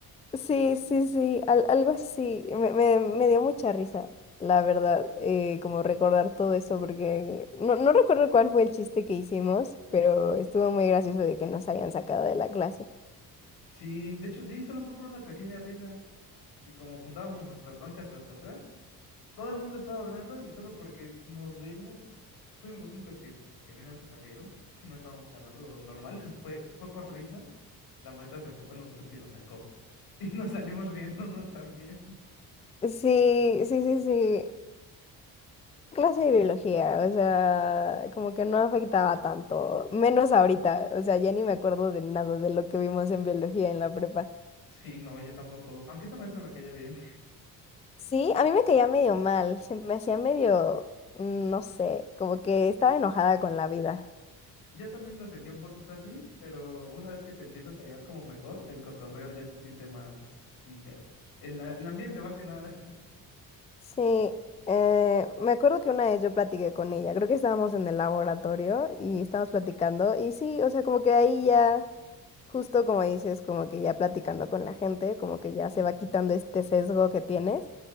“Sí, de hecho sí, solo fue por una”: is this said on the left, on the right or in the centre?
Left